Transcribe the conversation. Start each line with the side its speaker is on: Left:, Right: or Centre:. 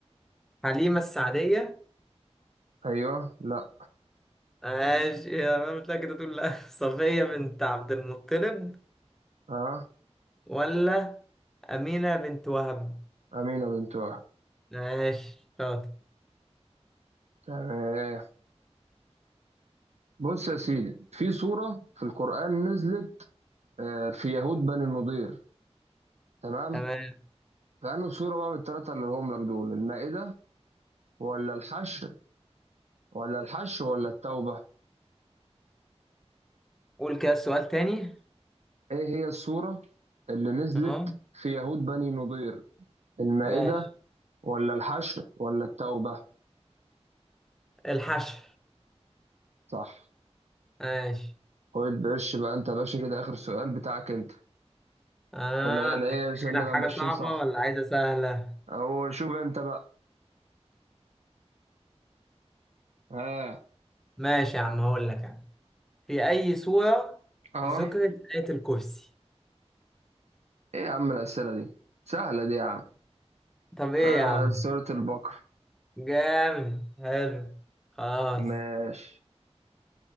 Centre: حليمة السعدية
Right: ايوه لا
Centre: ماشي يا مش كده تقول لا <laughs> صفية بنت عبد المطلب
Right: اه
Centre: ولا أمينة بنت وهب
Right: امينه بنت وهب
Centre: ماشي شاطر
Right: تمام بص يا سيدي في سوره في القران نزلت آه في يهود بني النضير تمام
Centre: تمام
Right: فانه سوره بقى بالثلاثه اللي هم لك دول المائده ولا الحشر ولا الحشر ولا التوبة
Centre: قول كده سؤال تاني
Right: إيه هي السورة اللي نزلت
Centre: أهو
Right: في يهود بني نضير المائدة
Centre: ماشي
Right: ولا الحشر ولا التوبة
Centre: الحشر
Right: صح
Centre: ماشي
Right: خد بقش بقى أنت يا باشا كده آخر سؤال بتاعك أنت
Centre: آه
Right: عشان أنا إيه
Centre: أجيب
Right: عشان
Centre: لك
Right: نبقى
Centre: حاجة
Right: ماشيين
Centre: صعبة
Right: صح
Centre: ولا عايزة سهلة؟
Right: أو شوف أنت بقى ها
Centre: ماشي يا عم هقول لك أنا في أي سورة
Right: أه
Centre: ذكرت آية الكرسي؟
Right: إيه يا عم الأسئلة دي سهلة دي يا عم
Centre: طب إيه
Right: خ-
Centre: يا عم؟
Right: سورة البقرة
Centre: جامد حلو خلاص
Right: ماشي